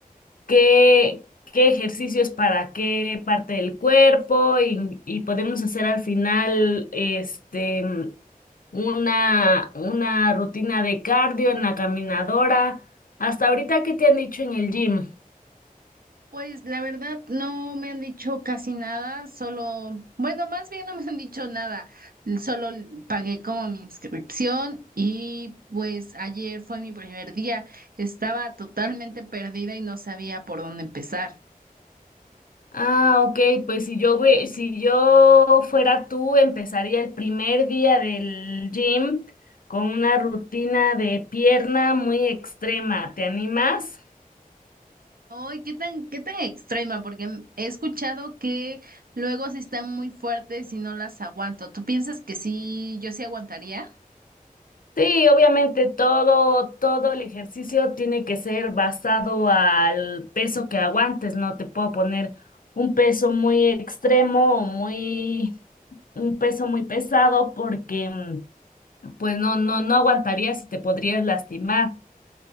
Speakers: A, on the left; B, on the right.
A: qué, qué ejercicios para qué parte del cuerpo y, y podemos hacer al final este, una, una rutina de cardio en la caminadora. Hasta ahorita, ¿qué te han dicho en el gym?
B: Pues la verdad no me han dicho casi nada, solo, bueno, más bien no me han dicho nada, solo pagué como mi inscripción y pues ayer fue mi primer día, estaba totalmente perdida y no sabía por dónde empezar.
A: Ah, ok, pues si yo, hubie- si yo fuera tú, empezaría el primer día del gym con una rutina de pierna muy extrema. ¿Te animas?
B: Ay, qué tan, qué tan extrema, porque m- he escuchado que luego sí están muy fuertes y no las aguanto. ¿Tú piensas que sí, yo sí aguantaría?
A: Sí, obviamente todo, todo el ejercicio tiene que ser basado al peso que aguantes, no te puedo poner un peso muy extremo o muy, un peso muy pesado porque mm, pues no, no, no aguantarías y te podrías lastimar.